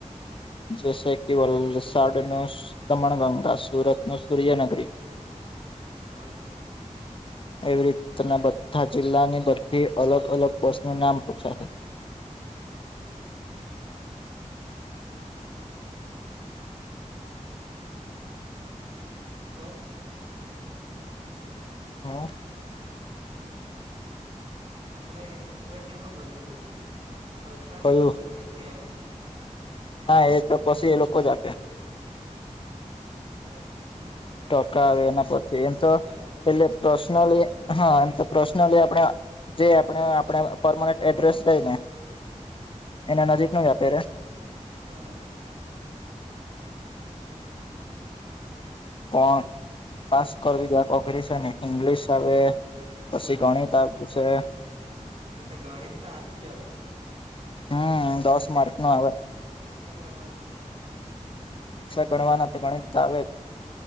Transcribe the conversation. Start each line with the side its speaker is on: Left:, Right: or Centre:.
Left: જેસે કે વલસાડ નું દમણગંગા સુરત નું સૂર્યનગરી.
Right: હા હા.
Left: એવી રીતના બધા જિલ્લાની બધી અલગ અલગ બસું નામ પુછાહે.
Right: હા હા <unintelligible> પર. હ <inaudible>
Left: હા.
Right: આપડે તે કેમાં ભરેલું વલસાડ
Left: કયું
Right: નવસારી કે
Left: ના એ તો પછી એ લોકો જ આપે.
Right: બરાબર નજીક. પ્રમાણે
Left: ટકા
Right: આપતા
Left: આવે એના
Right: હે
Left: પછી એમ તો
Right: અપડાઉન
Left: એટલે પર્સનલી હા એમ તો પર્સનલી આપણે જે આપણે આપણે પરમનન્ટ એડ્રેસ કઈ ને
Right: હમ.
Left: એના નજીક નુ જ અત્યારે.
Right: બરાબર
Left: પણ પાસ કરવી અઘરી છે ને ઇંગ્લિશ આવે. પછી
Right: હમ
Left: ગણીત પુછે.
Right: તે તો ગણિત તો આવતું જ હશે
Left: હમ દસ
Right: પૈસા
Left: માર્ક નું આવે.
Right: પૈસા ગણવાનું કે
Left: પૈસા ગણવાના તો ગણિત આવે જ